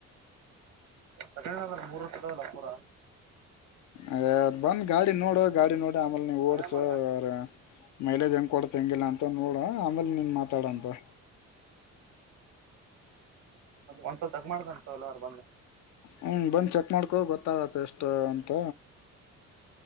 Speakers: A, on the right; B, on the left.
A: ತಗದ ಮೂರ್ ವರ್ಷದಲ್ಲ ಪೂರ
B: ಅ ಬಂದ ಗಾಡಿ ನೋಡು ಗಾಡಿ ನೋಡಿ ಆಮೇಲ್ ನೀವ ಓಡ್ಸ
A: ಆರಾಮ
B: ಯಾರ ಮೈಲೇಜ್ ಹೆಂಗ್ ಕೊಡ ಹೆಂಗಿಲ್ಲ ಅಂತ ನೋಡ ಆಮೇಲೆ ನೀನ್ ಮಾತಾಡಂತ
A: ಒಂದ್ಸಲಲ್ ತಗ ಮಾಡ್ಬಂತು ಎಲ್ಲ ಅವ ಬಂದ
B: ಹ್ಮ ಬಂದು ಚೆಕ್ ಮಾಡ್ಕೋ ಗೊತ್ತಾಗತ್ತೆ ಎಷ್ಟು ಅಂತ